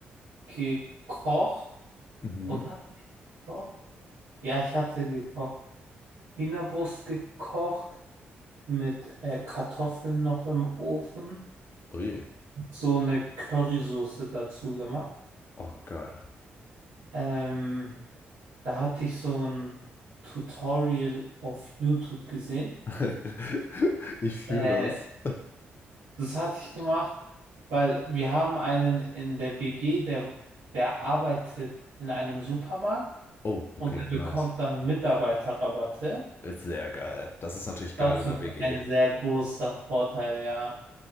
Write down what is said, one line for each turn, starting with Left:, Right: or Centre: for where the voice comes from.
Right: gekocht,
Left: Mhm.
Right: oder? Hatte ich gekocht? Ja, ich hatte gekocht. Hühnerbrust gekocht mit äh, Kartoffeln noch im Ofen,
Left: Ui.
Right: so eine Currysoße dazu gemacht.
Left: Oh, geil.
Right: Ähm, da hatte ich so ein Tutorial auf YouTube gesehen.
Left: <laughs> ich fühle
Right: Äh,
Left: das.
Right: Das hatte ich gemacht, weil wir haben einen in der WG, der, der arbeitet in einem Supermarkt
Left: Oh,
Right: und
Left: okay,
Right: der bekommt
Left: nice.
Right: dann Mitarbeiterrabatte.
Left: Ist sehr geil. Das ist natürlich geil
Right: Das
Left: in
Right: ist
Left: der WG.
Right: ein sehr großer Vorteil, ja.